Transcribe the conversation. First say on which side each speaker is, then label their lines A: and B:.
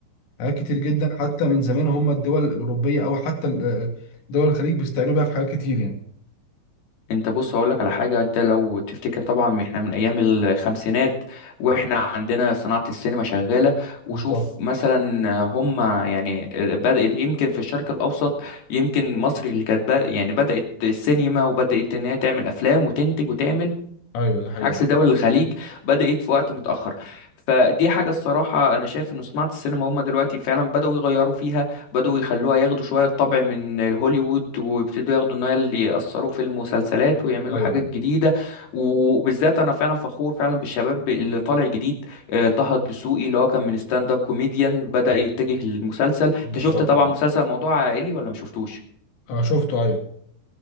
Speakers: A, on the left; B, on the left.
A: حاجات كتير جدا حتى من زمان هم الدول الاوروبيه او حتى ال- آه، دول الخليج بيستعينوا بيها في حاجات كتير يعني
B: انت بص هقول لك على حاجه انت لو تفتكر طبعا احنا من ايام الخمسينات واحنا عندنا صناعه السينما شغاله وشوف
A: بالظبط
B: مثلا هم يعني بدات يمكن في الشرق الاوسط يمكن مصر اللي كانت بق- يعني بدات السينما وبدات ان هي تعمل افلام وتنتج وتعمل
A: ايوه دي حقيقه
B: عكس دول الخليج بدأت في وقت متأخر فدي حاجة الصراحة أنا شايف إن صناعة السينما هما دلوقتي فعلا بدأوا يغيروا فيها بدأوا يخلوها ياخدوا شوية طبع من هوليوود ويبتدوا ياخدوا إن هي اللي يأثروا في المسلسلات ويعملوا
A: ايوه
B: حاجات جديدة وبالذات أنا فعلا فخور فعلا بالشباب اللي طالع جديد آه، طه الدسوقي اللي هو كان من ستاند أب كوميديان بدأ يتجه للمسلسل
A: بالظبط
B: أنت شفت طبعا
A: آه.
B: مسلسل موضوع عائلي ولا مشفتوش
A: اه شفته ايوه